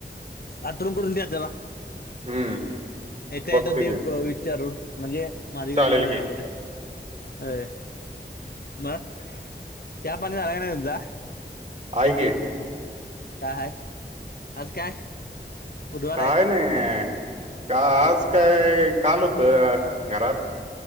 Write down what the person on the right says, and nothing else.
हम्म
बघतो
की
चालेल
की
हाय की.
काय
नाही का आज काय काल होतं घरात